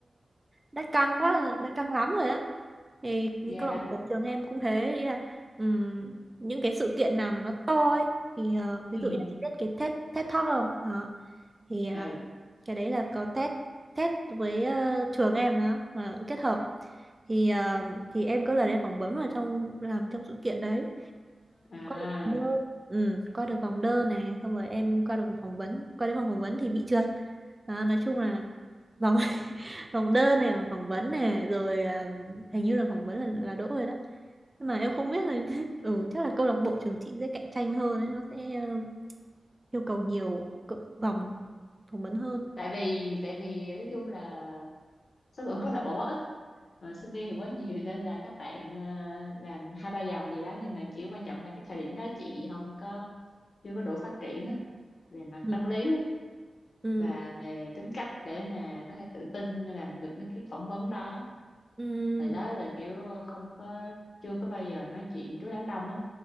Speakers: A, on the right (about 20°); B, on the left (about 65°).
A: đã căng quá đã căng lắm rồi á thì
B: ghê
A: câu lạc
B: lắm
A: bộ trường em cũng thế ý là ừm, những cái sự kiện nào mà nó to ấy thì ờ, ví
B: ừ
A: dụ như chị biết cái TED TED Talk không đó thì à,
B: ừ
A: cái đấy là có test test với ờ, trường em đó mà kết hợp thì ờ, thì em có lần em phỏng vấn vào trong làm trong sự kiện đấy
B: à
A: uh, ừ, qua được vòng đơn nè xong rồi em qua được vòng phỏng vấn qua đến vòng phỏng vấn thì bị trượt đó, nói chung là vòng <laughs> vòng đơn này vòng phỏng vấn này rồi à, hình như là phỏng vấn là, là đỗ rồi đó nhưng mà em không biết là <laughs> ừ chắc là câu lạc bộ trường chị sẽ cạnh tranh hơn đấy, nó sẽ ờ, yêu cầu nhiều cỡ- vòng phỏng vấn hơn
B: tại vì tại vì nói chung là số lượng rất là bỏ bó ít mà sinh viên thì quá nhiều nên là các bạn ờ, làm hai ba dòng gì đó nhưng mà kiểu quan trọng là cái thời điểm đó chị không có chưa có đủ phát triển á về mặt
A: ừ
B: tâm lý á,
A: ừ
B: và về tính cách để mà có thể tự tin làm được mấy cái phỏng vấn đó
A: ừ
B: thời đó là kiểu không có chưa có bao giờ nói chuyện trước đám đông á